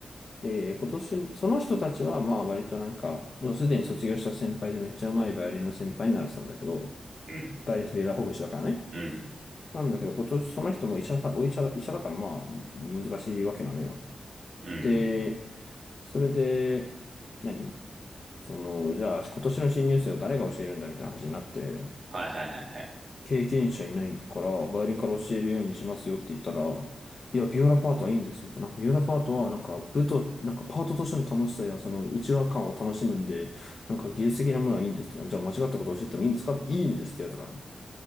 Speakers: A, on the left; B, on the right.
A: で、今年、その人たちはまあ割となんか、もうすでに卒業した先輩でめっちゃうまいバイオリンの先輩にならせたんだけど、
B: うん、
A: バイオリンとビエラホほぼ一緒だからね。
B: うん、
A: なんだけど、今年その人も医者さ、お医者だ、医者だからまあ、難しいわけなのよ。
B: うん、うん。
A: で、それで、何その、じゃあ今年の新入生を誰が教えるんだみたいな話になって、
B: はいはいはいはい。
A: 経験者いないから、バイオリンから教えるようにしますよって言ったら、いや、ビオラパートはいいんです、みたいな。なんかビオラパートは、なんか、部と、なんか、パートとしての楽しさや、その、内輪感を楽しむんで、なんか、技術的なものはいいんですとか、じゃあ、間違ったことを教えてもいいんですかいいんですって言われたからね。